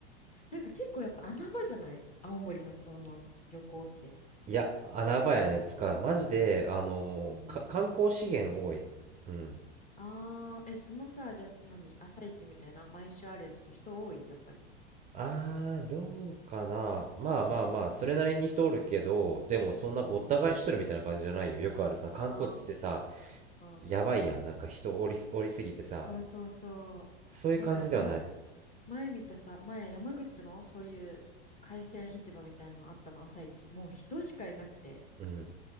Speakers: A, on the left; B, on the right.
A: なんか結構やっぱ穴場じゃない青森のその漁港って。
B: いや、穴場やね。つか、マジで、あのーか、
A: うー
B: 観光資源多い。
A: ん。
B: うん。
A: あー、え、そのさ、じゃあ、何朝市みたいな、毎週あるやつも人多い、やっぱり。
B: あー、どうかな。まあまあまあ、それなりに人おるけど、でもそんなごった返しとるみたいな感じじゃないよ。
A: うん。
B: よくあるさ、観光地ってさ、
A: あ
B: やばいやん。
A: ー、
B: なんか人おりす、おりすぎてさ、
A: そうそうそう。
B: そういう感じではない。
A: なんか、ま、前見たさ、前山口のそういう海鮮市場みたいなのあったの、朝市。もう人しかいなくて、
B: うん。